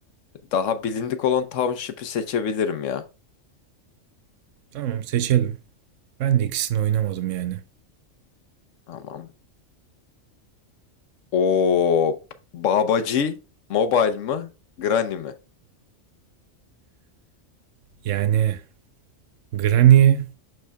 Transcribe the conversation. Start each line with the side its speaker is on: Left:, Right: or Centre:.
Left: daha bilindik olan Township'i seçebilirim ya.
Right: Tamam seçelim. Ben de ikisini oynamadım yani.
Left: Tamam. O Babacı Mobile mı? Granny mi?
Right: Yani Granny